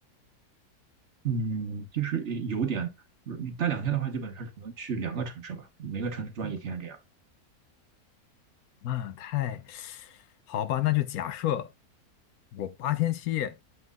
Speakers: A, on the right; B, on the left.
A: 嗯，就是有点，你待两天的话，基本上只能去两个城市吧，每个城市转一天这样。
B: 那太，<sucks teeth> 好吧，那就假设我八天七夜，